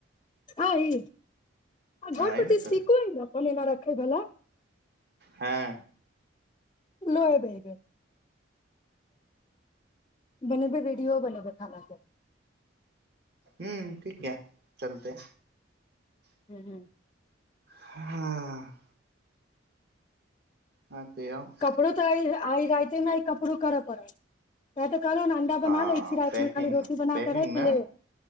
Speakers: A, on the left; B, on the right.
A: हँ ई आ घर
B: हँ है
A: प्रति
B: ने तऽ
A: ठीक कोनामे रखै बला
B: हँ
A: न बोलबै बनेबै बिडियो बनेबै खाना के
B: ह्म ठीक ये चलतै
A: हूँ
B: हँ अहाँ के आउ
A: कपड़ो तऽ आइ आइ रातिये नहि कपड़ू कर परत कहलु ने अंडा बना
B: हँ
A: लैत छी राति
B: पैकिंग
A: मे खाली रोटी बना
B: पैकिंग
A: कऽ राखि
B: ने
A: लेब